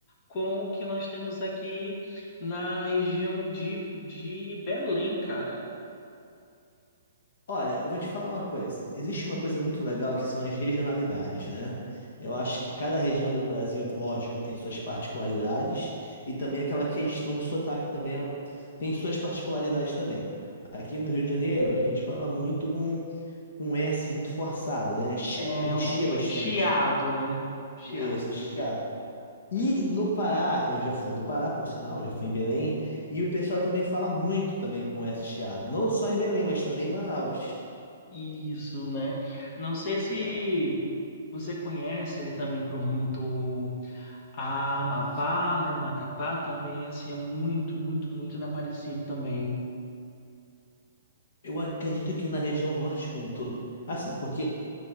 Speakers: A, on the left (about 40°); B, on the left (about 65°).
A: com o que nós temos aqui na região de, de Belém, cara.
B: Olha, eu vou te falar uma coisa. Existe uma coisa muito legal que são as regionalidades, né? Eu acho que cada região do Brasil, lógico, tem suas particularidades e também aquela questão do sotaque também tem suas particularidades também. Aqui no Rio de Janeiro, a gente fala muito com com S muito forçado, né? <laughs>
A: É
B: A gente
A: um
B: chia bastante.
A: chiado, né? Chiado.
B: Isso, chiado. E no Pará, eu já fui no Pará, por sinal, já fui em Belém, e o pessoal também fala muito também com esse chiado, não só em Belém, mas também em Manaus.
A: Isso, né? Não sei se
B: É,
A: você conhece ele também pro rumo do Amapá, né? Macapá também, assim, é muito, muito, muito né, parecido também.
B: Eu acredito que na região norte como um todo, assim, porque